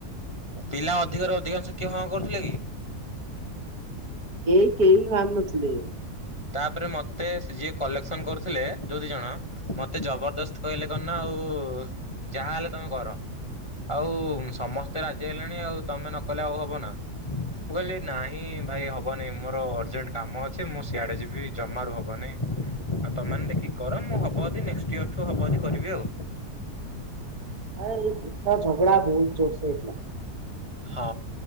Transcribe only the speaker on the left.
ପିଲା ଅଧିକରୁ ଅଧିକାଂଶ କିଏ ହଁ କରିଥିଲେ କି?
ତାପରେ ମତେ ସେ ଯିଏ କଲେକ୍ସନ୍ କରୁଥିଲେ ଯୋଉ ଦି ଜଣ ମତେ ଜବରଦସ୍ତ କହିଲେ କଣ ନା ଆଉ ଯାହା ହେଲେ ତମେ କର। ଆଉ ସମସ୍ତେ ରାଜି ହେଲେଣି ଆଉ ତମେ ନକଲେ ଆଉ ହବ ନା। ମୁଁ କହିଲି ନାହିଁ ଭାଇ ହବନି ମୋର ଅରଜେଣ୍ଟ କାମ ଅଛି ମୁଁ ସିଆଡ଼େ ଯିବି ଜମାରୁ ହବନି। ଆଉ ତମେ ମାନେ ଦେଖିକି କର ମୁଁ ହବ ଯଦି ନେକ୍ସଟ ଇୟର ଠୁ ହବ ଯଦି କରିବି ଆଉ।
ହଁ